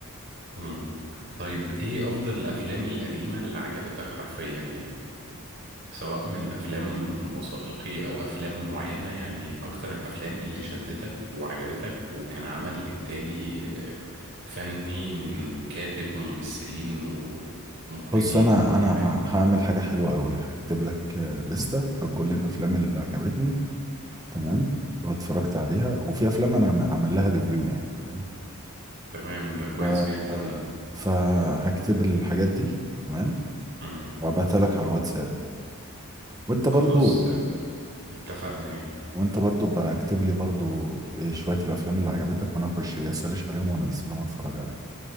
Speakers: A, on the right (about 55°); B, on the right (about 15°).
A: مم. طيب ايه افضل الافلام القديمة اللي عجبتك حرفيا يعني سواء من افلام وثائقي او افلام معينة يعني اكتر الافلام اللي شدتك وعجبتك وكان عمل انتاجي آه، فني من كاتب وممثلين و- ومخرجين
B: بص انا
A: وكل
B: انا
A: حاجة
B: ه- هعمل حاجة حلوة قوي هكتب لك آه، لستة بكل الافلام اللي عجبتني تمام واتفرجت عليها وفي افلام انا عم- عامل لها ريفيو يعني فاهم
A: تمام ده كويس
B: ف...
A: جدا
B: آه،
A: ده
B: فهكتب الحاجات دي تمام
A: مم.
B: وابعتها لك على الواتساب وانت برضو
A: خلاص آه، اتفقنا يعني
B: وانت برضو بكتب لي برضو ايه شوية الافلام اللي عجبتك وانا اخش إيه اسرش عليهم وانزلهم اتفرج عليهم